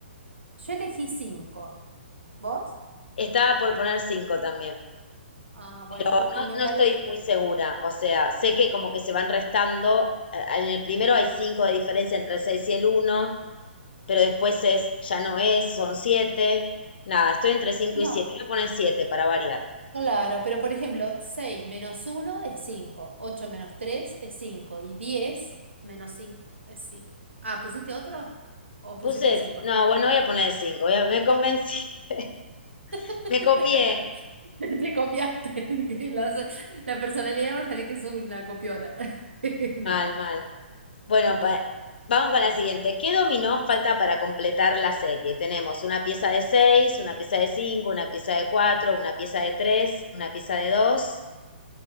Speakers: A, on the right; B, on the left.
A: yo elegí cinco. ¿Vos?
B: Estaba por poner cinco también.
A: Ah, bueno,
B: No,
A: porque me
B: no
A: parece.
B: estoy muy segura. O sea, sé que como que se van restando. a- En el primero hay cinco de diferencia entre el 6 y el uno. pero después es, ya no es, son siete. Nada, estoy entre 5
A: No.
B: y siete Voy a poner 7 para variar.
A: Claro, pero por ejemplo, 6 menos uno es 5, 8 menos 3 es 5 y 10 menos 5 es 5. Ah, ¿pusiste otro? ¿O
B: Puse
A: pusiste 5
B: el, no,
A: al final?
B: bueno, voy a poner el 5. Me convencí, <laughs>
A: <laughs>
B: me copié.
A: Te copiaste. <laughs> que La, la personalidad va a salir que sos una copiona. <laughs> No,
B: Mal, mal. Bueno,
A: mal.
B: pa- vamos con la siguiente. ¿Qué dominó falta
A: Sí.
B: para completar la serie? Tenemos una pieza de seis una pieza de cinco una pieza de cuatro una pieza de tres una pieza de dos